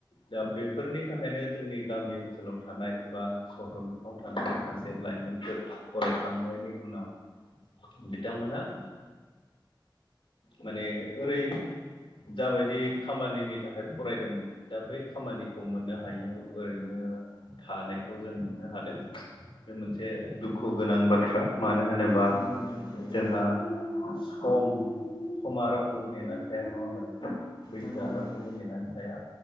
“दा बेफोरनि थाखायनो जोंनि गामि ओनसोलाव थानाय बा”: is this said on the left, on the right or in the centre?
Left